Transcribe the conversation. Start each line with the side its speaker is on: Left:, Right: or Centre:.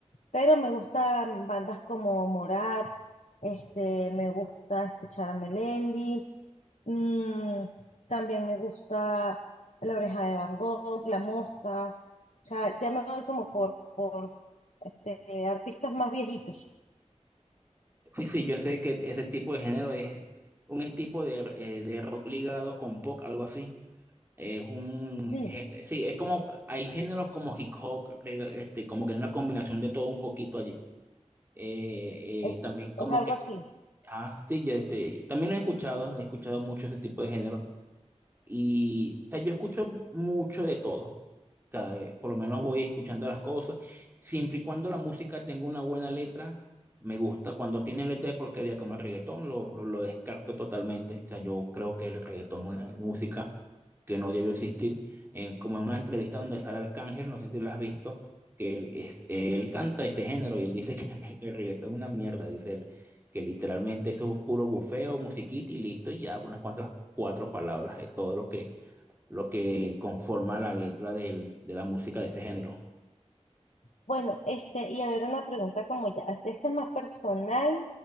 Left: pero me gustan bandas como Morat, este, me gusta escuchar a Melendi, Mm, también me gusta La oreja de Van Gogh, La mosca. O sea, ya me voy como por, por este, artistas más viejitos.
Right: Sí, sí, yo sé que ese tipo de género es un es tipo de, eh, de rock ligado con pop, algo así. Es un
Left: Sí,
Right: género, sí, es como, hay géneros como hip hop, eh, este, como que es una combinación de todo un poquito allí. Eh,
Left: es,
Right: eh, también como
Left: es algo
Right: que,
Left: así.
Right: ah, sí, yo este, también lo he escuchado, he escuchado mucho ese tipo de género. Y, o sea, yo escucho mucho de todo. O sea, eh, por lo menos voy escuchando las cosas. Siempre y cuando la música tenga una buena letra, me gusta. Cuando tiene letra de porquería como el reggaetón, lo, lo descarto totalmente. O sea, yo creo que el reggaetón es una música que no debe existir. En- como en una entrevista donde Sara Arcángel, no sé si lo has visto, que él, es, él canta ese género y él dice que <laughs> el reggaetón es una mierda, dice él que literalmente eso es puro bufeo, musiquita y listo, y ya unas cuantas cuatro palabras, es todo lo que, lo que conforma la letra del- de la música de ese género.
Left: Bueno, este, y a ver una pregunta como ya, este, esta es más personal.